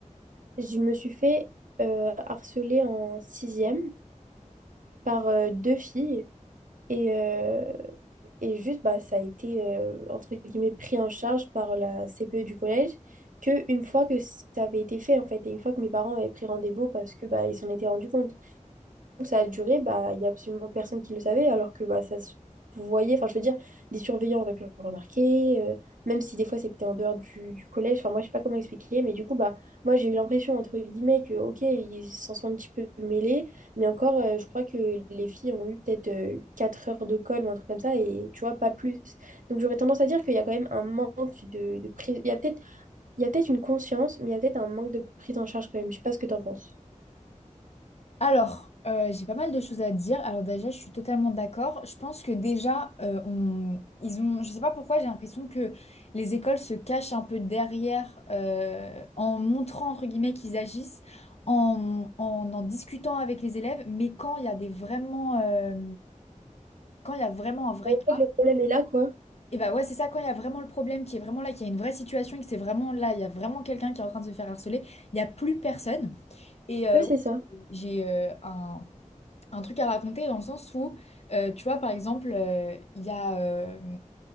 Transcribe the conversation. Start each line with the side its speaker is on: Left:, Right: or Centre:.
Right: je me suis fait euh, harceler en sixième par euh, deux filles. Et, euh, et juste, bah, ça a été, euh, entre guillemets, pris en charge par la CPE du collège. que une fois que ça avait été fait en fait et une fois que mes parents avaient pris rendez-vous parce que bah ils s'en étaient rendus compte où ça a duré, bah, il n'y a absolument personne qui le savait, alors que bah, ça se voyait, enfin je veux dire, des surveillants auraient pu le remarquer, euh, même si des fois c'était en dehors du, du collège, enfin moi je sais pas comment expliquer, mais du coup, bah, moi j'ai eu l'impression, entre guillemets, que ok, ils s'en sont un petit peu mêlés, mais encore, euh, je crois que les filles ont eu peut-être euh, 4 heures de colle ou un truc comme ça, et tu vois, pas plus. Donc j'aurais tendance à dire qu'il y a quand même un manque de, de prise, il y a peut-être il y a peut-être une conscience, mais il y a peut-être un manque de prise en charge quand même, je sais pas ce que t'en penses.
Left: Alors, euh, j'ai pas mal de choses à dire. Alors déjà, je suis totalement d'accord. Je pense que déjà, euh, on- ils ont, je sais pas pourquoi, j'ai l'impression que les écoles se cachent un peu derrière, euh, en montrant entre guillemets qu'ils agissent, en, en en discutant avec les élèves. Mais quand il y a des vraiment, euh, quand il y a vraiment un vrai
Right: Je
Left: cas,
Right: crois que le problème est là, quoi.
Left: et bah ouais, c'est ça. Quand il y a vraiment le problème, qui est vraiment là, qu'il y a une vraie situation, et que c'est vraiment là, il y a vraiment quelqu'un qui est en train de se faire harceler, il n'y a plus personne. Et euh,
Right: Ouais, c'est
Left: ouais,
Right: ça.
Left: j'ai euh, un un truc à raconter dans le sens où, euh, tu vois, par exemple, euh, il y a euh,